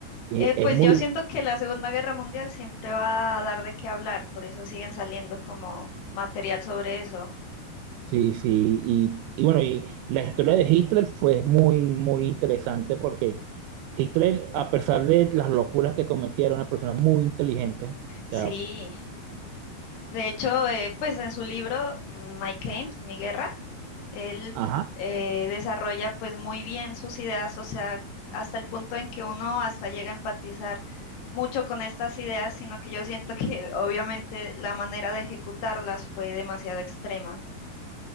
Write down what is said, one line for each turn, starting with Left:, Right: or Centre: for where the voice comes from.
Right: Y
Left: Eh, pues
Right: es muy
Left: yo siento que la Segunda Guerra Mundial siempre va a dar de qué hablar, por eso siguen saliendo como material sobre eso.
Right: Sí, sí, y, y bueno, y la historia de Hitler fue muy, muy interesante porque Hitler, a pesar de las locuras que cometía, era una persona muy inteligente. O
Left: Sí,
Right: sea,
Left: de hecho, eh, pues en su libro mm, My Camp, Mi Guerra, él
Right: ajá,
Left: eh, desarrolla pues muy bien sus ideas, o sea, hasta el punto en que uno hasta llega a empatizar mucho con estas ideas, sino que yo siento que <laughs> obviamente la manera de ejecutarlas fue demasiado extrema.